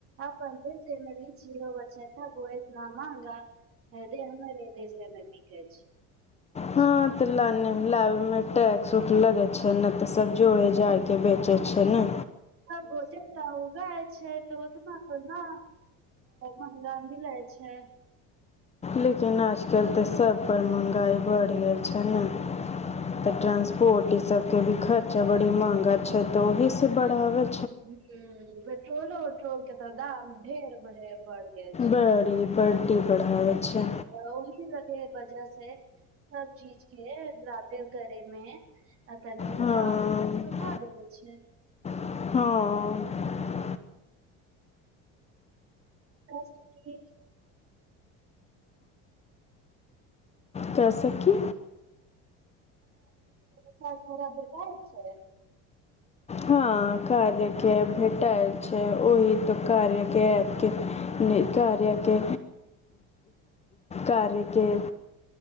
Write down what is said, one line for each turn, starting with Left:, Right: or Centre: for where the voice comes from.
Right: आपन दिल मे लीची इतना महंगा हरी हमर ऐ दिस स नजदीक अछि
Left: हँ तऽ ल ल मे टैक्स उक्स लगे छै ने तऽ सब्जी ओड़े जाड़ के बेचे छै ने
Right: उबजाय छै एो तऽ सा ने महंगा मिलै छै
Left: लेकिन आजकल तऽ सभपर महँगाइ बढ़ि गेल छै ने तऽ ट्रानंसपोर्ट ई सब के भी खर्चा बड़ी महंगा छै तऽ ओहि से बढ़ावे
Right: हम्म पेट्रोलो ओट्रोल केत दाम ढेर बढ़े ब अछि
Left: बड़ी बड्डी बढ़ाबै छै
Right: ओ के वजह से सब चीज के दामे करेमे आ तनी
Left: हँ
Right: त कहा देेल छै
Left: हँ
Right: त सखी
Left: कैसे कि
Right: स बराबर छै
Left: हां कार्यके भेटएल छै ओहि तऽ कार्यके नै कार्यके कार्यके